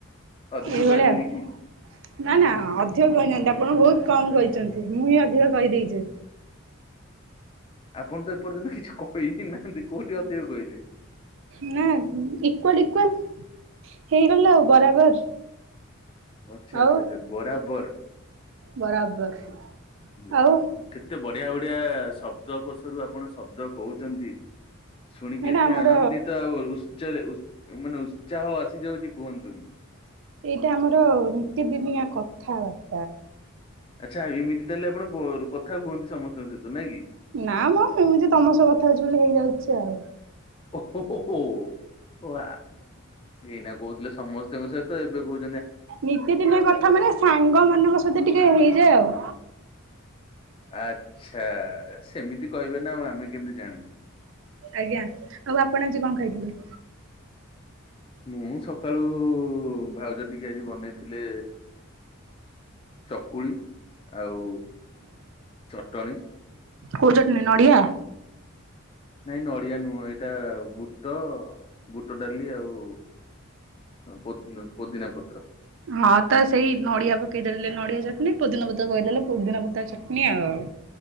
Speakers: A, on the left (about 25°); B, on the right (about 60°).
A: ଅଧିକ
B: ଏଇଭଳିଆ
A: କହିଦେଲି
B: ନା
A: କି
B: ନା କିଛି ଅଧିକ କହିନାହାନ୍ତି ଆପଣ ବହୁତ କମ କହିଛନ୍ତି ମୁଁ ହିଁ ଅଧିକ କହିଦେଇଛି।
A: ଆପଣ ତ ଏପର୍ଯ୍ୟନ୍ତ କିଛି କହି ହି ନାହାନ୍ତି କୋଉଠି ଅଧିକ କହିଲେ।
B: ନା ଇକ୍ୱାଲ ଇକ୍ୱାଲ ହେଇଗଲା ଆଉ ବରାବର।
A: ଆଚ୍ଛା
B: ଆଉ
A: ଆଚ୍ଛା ଆଚ୍ଛା ବରାବର।
B: ବରାବର
A: ଯାହା
B: ଆଉ
A: ହଉ କେତେ ବଢିଆ ବଢିଆ ଶବ୍ଦ କୋଷରୁ ଆପଣ ଶବ୍ଦ କହୁଛନ୍ତି। ଶୁଣିକି
B: ଏଇଟା
A: ଏତେ
B: ଆମର
A: ଆନନ୍ଦିତ ଆଉ ଉତ୍ସରେ ମାନେ ଉତ୍ସାହ ଆସିଯାଉଛି କୁହନ୍ତୁନି।
B: ଏଇଟା ଆମର ନିତ ଦିନିଆ ଠାର।
A: ଆଚ୍ଛା ଏମିତି ତାହେଲେ ଆପଣ ବ କଥା ହୁଅନ୍ତି ସମସ୍ତଙ୍କ ସହିତ ନାଇଁ କି।
B: ନା ମ ମୁଁ ତମ ସହ କଥା ହଉଛି ବୋଲି ହେଇଯାଉଛି ଆଉ।
A: ଓହୋ ଓ ଏଇନା କହୁଥିଲେ ସମସ୍ତଙ୍କ ସହିତ ଏବେ କହୁ
B: ନିତି ଦିନିଆ କଥା ମାନେ ସାଙ୍ଗ ମାନଙ୍କ ସହ ଟିକେ ହେଇଯାଏ ଆଉ।
A: ଆଛା ସେମିତି କହିବେ ନା ଆଉ ଆମେ କେମିତି ଜାଣିବୁ?
B: ଆଜ୍ଞା ଆଉ ଆପଣ ଆଜି କଣ ଖାଇଥିଲେ?
A: ମୁଁ ସକାଳୁ ଭାଉଜ ଟିକେ ଆଜି ବନେଇଥିଲେ ଚକୁଳି ଆଉ ଚଟଣୀ।
B: କୋଉ ଚଟଣୀ ନଡିଆ?
A: ନାଇଁ ନଡିଆ ନୁହଁ ଏଇଟା ବୁଟ ବୁଟ ଡାଲି ଆଉ ପୋ ପୋଦିନା ପତ୍ର।
B: ହଁ ତ ସେଇ ନଡିଆ ପକେଇଦଲେ ନଡିଆ ଚଟନୀ ପୋଦିିନ ପତ୍ର ପକେଇଦେଲେ ପୋଦିିନ ପତ୍ର ଚଟଣି ଆଉ।